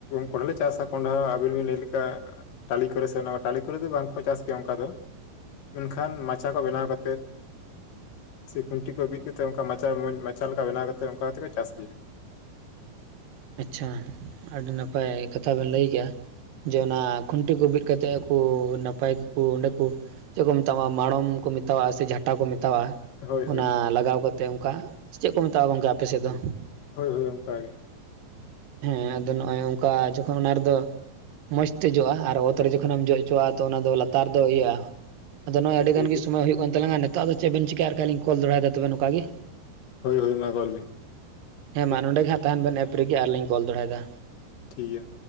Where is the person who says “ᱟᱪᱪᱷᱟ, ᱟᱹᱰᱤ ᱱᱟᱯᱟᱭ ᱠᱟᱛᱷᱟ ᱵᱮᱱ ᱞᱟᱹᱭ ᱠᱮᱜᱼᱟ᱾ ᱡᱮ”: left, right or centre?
Right